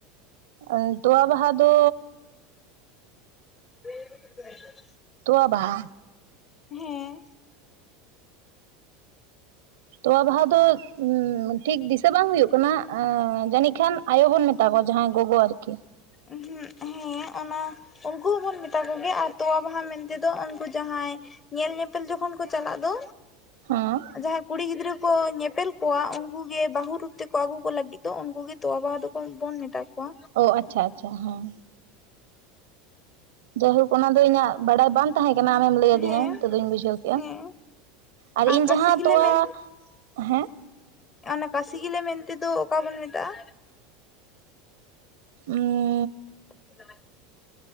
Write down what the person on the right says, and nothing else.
ᱚ ᱛᱚᱣᱟ ᱵᱟᱦᱟ ᱫᱚ
ᱛᱚᱣᱟ ᱵᱟᱦᱟ᱾
ᱛᱚᱣᱟ ᱵᱟᱦᱟ ᱫᱚ ᱩᱸ ᱴᱷᱤᱠ ᱫᱤᱥᱟᱹ ᱵᱟᱝ ᱦᱩᱭᱩᱜ ᱠᱟᱱᱟ ᱟᱸᱻ ᱡᱟᱹᱱᱤᱡ ᱠᱷᱟᱱ᱾ ᱟᱭᱳ ᱵᱚᱱ ᱢᱮᱛᱟ ᱠᱚᱣᱟ ᱡᱟᱦᱟᱸᱭ ᱜᱚᱜᱚ ᱟᱨᱠᱤ᱾
ᱦᱮᱸ
ᱚ ᱟᱪᱷᱟ ᱟᱪᱷᱟ ᱦᱚᱸ᱾ ᱡᱟᱭᱦᱩᱠ ᱚᱱᱟ ᱫᱚ ᱤᱧᱟᱹᱜ ᱵᱟᱰᱟᱭ ᱵᱟᱝ ᱛᱟᱦᱮᱸ ᱠᱟᱱᱟ ᱟᱢᱮᱢ ᱞᱟᱹᱭᱭᱟᱹᱫᱤᱧᱟ
ᱱᱤᱛᱚ ᱫᱩᱧ ᱵᱩᱡᱷᱟᱹᱣ ᱠᱮᱫᱼᱟ᱾
ᱟᱨ ᱤᱧ
ᱡᱟᱦᱟᱸ
ᱛᱳᱣᱟ
ᱦᱮᱸ
ᱩᱸ